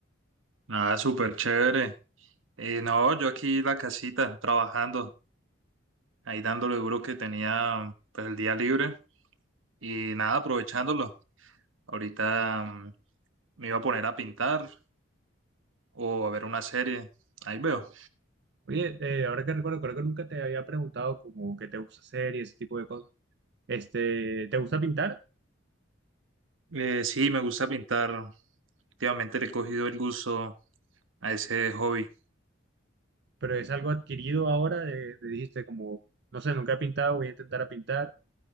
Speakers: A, on the right (about 85°); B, on the right (about 55°).
A: Nada, súper chévere. Eh, no, yo aquí en la casita trabajando, ahí dándole duro que tenía pues el día libre y nada, aprovechándolo. Ahorita mm, me iba a poner a pintar o a ver una serie. Ahí veo.
B: Oye, eh, ahora que recuerdo, creo que nunca te había preguntado como qué te gusta hacer y ese tipo de cosas. Este, ¿te gusta pintar?
A: Eh, sí, me gusta pintar. Últimamente le he cogido el gusto a ese hobby.
B: Pero es algo adquirido ahora, de, de- dijiste como, no sé, nunca he pintado, voy a intentar a pintar